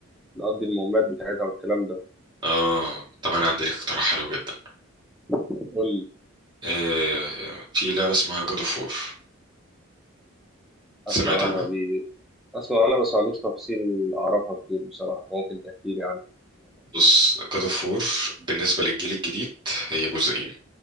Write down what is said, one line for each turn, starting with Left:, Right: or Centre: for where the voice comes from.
Centre: نقضي المهمات بتاعتها والكلام ده
Right: اه طب انا عندي لك اقتراح حلو جدا
Centre: قول لي
Right: إيه في لعبة اسمها جاد اوف وور سمعت
Centre: أسمع
Right: عنها؟
Centre: عنها دي أسمع عنها بس ما عنديش تفصيل أعرفها كتير بصراحة ممكن تحكي لي عنها
Right: بص جاد اوف وور بالنسبة للجيل الجديد هي جزئين